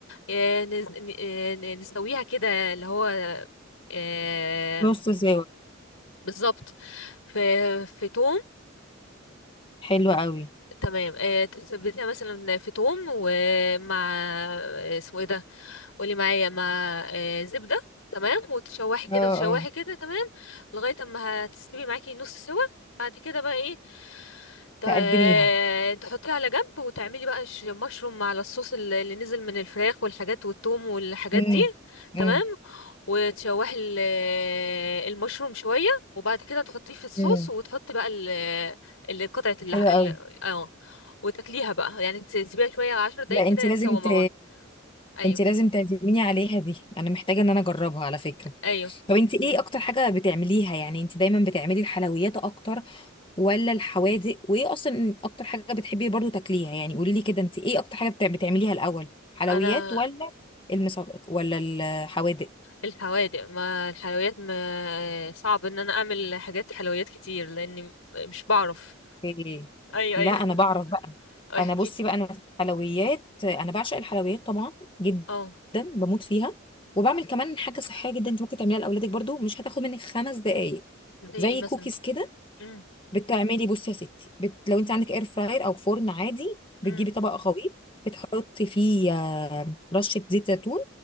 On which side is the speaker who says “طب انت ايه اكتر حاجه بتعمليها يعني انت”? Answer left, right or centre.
Left